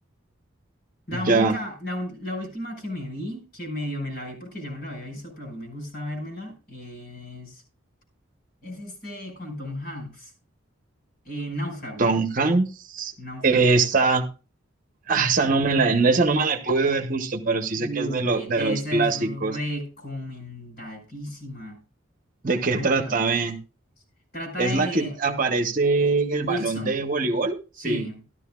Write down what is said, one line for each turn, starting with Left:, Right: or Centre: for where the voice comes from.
Left: La única,
Right: Ya,
Left: la, un- la última que me vi, que medio me la vi porque ya me la había visto, pero a mí me gusta vérmela, es Es este con Tom Hanks. eh, Náufrago.
Right: Tom Hanks,
Left: Náufrago.
Right: eh, esa, ah, esa no me la, esa no me la pude ver justo, pero sí
Left: Uy,
Right: sé que es de, lo- de
Left: esa
Right: los clásicos.
Left: es recomendadísima.
Right: ¿De qué
Left: Náufrago.
Right: trata, ve?
Left: Trata
Right: ¿Es
Left: de
Right: la que aparece el
Left: Wilson.
Right: balón de voleibol?
Left: Sí.
Right: Sí.